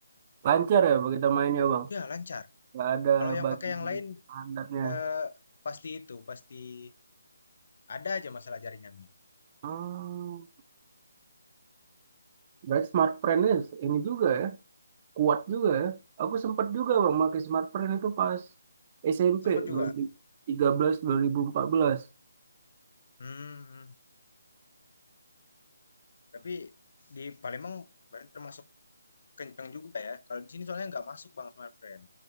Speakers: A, on the right (about 30°); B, on the left (about 55°).
A: Lancar ya begitu mainnya bang.
B: Ya lancar.
A: Gak ada
B: Kalau yang
A: bagi
B: pakai yang lain
A: standarnya.
B: eh, pasti itu pasti ada aja masalah jaringannya.
A: Hmm, berarti smartfren ini juga ya. kuat juga ya. Aku sempat juga bang pakai smartphone itu pas SMP
B: Sempat juga.
A: 2013 2014.
B: Hmm, tapi di Palembang berarti termasuk kenceng juga ya. Kalau di sini soalnya nggak masuk bang Smartfren.